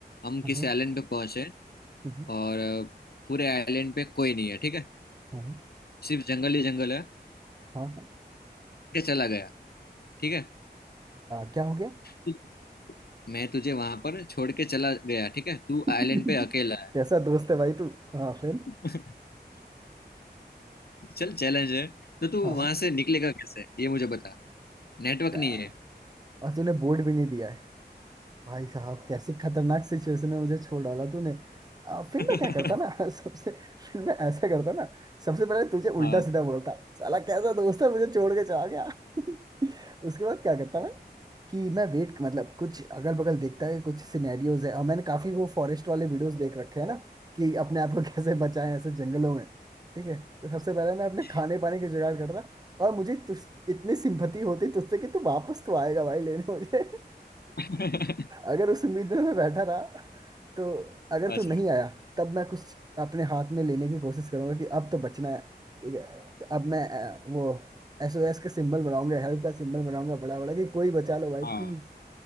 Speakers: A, on the left (about 65°); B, on the right (about 25°).
A: हम
B: हाँ
A: किसी आइलैंड पे पहुंचे
B: हम्म,
A: और अ, पूरे आइलैंड पे कोई नहीं है ठीक है
B: हाँ हाँ
A: सिर्फ जंगल ही जंगल है
B: हाँ, हाँ,
A: के चला गया ठीक है
B: हाँ, क्या हो गया
A: तु- मैं तुझे वहां पर छोड़ के चला गया ठीक है तू
B: <laughs>
A: आइलैंड पे अकेला है
B: कैसा दोस्त है भाई तू हाँ फिर
A: <laughs> चल चैलेंज है तो तू
B: हाँ
A: वहां से निकलेगा कैसे ये मुझे बता नेटवर्क
B: हाँ
A: नहीं है
B: और तूने बोर्ड भी नहीं दिया भाई साहब कैसी खतरनाक सिचुएशन में मुझे छोड़ डाला तूने आ, फिर
A: <laughs>
B: मैं क्या करता ना <laughs> सबसे फिर मैं ऐसा करता ना सबसे पहले तुझे
A: हाँ
B: उल्टा सीधा बोलता साला कैसा दोस्त है मुझे छोड़ के चला गया <laughs> उसके बाद क्या करता मैं कि मैं वेट मतलब कुछ अगल बगल देखता है कुछ सिनेरियोज है और मैंने काफी वो फॉरेस्ट वाले वीडियोस देख रखे हैं ना कि अपने आप को <laughs> कैसे बचाएं ऐसे जंगलों में ठीक है तो सबसे पहले मैं अपने
A: <laughs>
B: खाने पानी के जुगाड़ करता और मुझे तुझ इतनी सिंपथी होती तुझसे कि तू वापस तो आएगा भाई लेने मुझे
A: <laughs>
B: अगर उस उम्मीद में मैं बैठा रहा तो अगर तू
A: अच्छा
B: नहीं आया तब मैं कुछ अपने हाथ में लेने की कोशिश करूंगा कि अब तो बचना है ठीक है तो अब मैं अ, वो एसओएस का सिंबल बनाऊंगा हेल्प का सिंबल बनाऊंगा बड़ा बड़ा कि कोई बचा लो भाई
A: हाँ
B: प्लीज